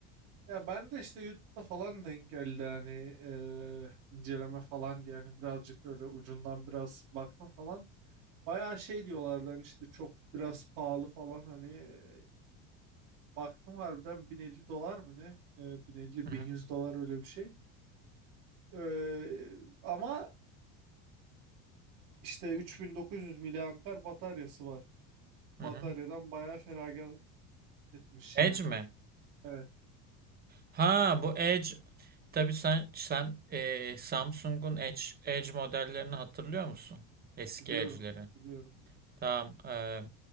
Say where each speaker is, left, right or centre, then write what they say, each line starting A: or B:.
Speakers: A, on the right (about 65°); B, on the right (about 25°).
A: Ya ben de işte YouTube'da falan denk geldi hani eee, inceleme falan diye hani birazcık öyle ucundan biraz baktım falan. Bayağı şey diyorlardı hani işte çok biraz pahalı falan hani eee, baktım harbiden 1050 dolar mı ne? Eee, 1050-1100
B: Hı hı.
A: dolar öyle bir şey. Eee, ama işte 3900 miliamper bataryası var.
B: Hı
A: Bataryadan
B: hı.
A: bayağı feragat etmiş
B: Edge
A: yani.
B: mi?
A: Evet
B: Ha bu Edge. Tabii sen sen eee, Samsung'un Edge Edge modellerini hatırlıyor musun? Eski
A: biliyorum
B: Edge'leri.
A: biliyorum.
B: Tamam. eee,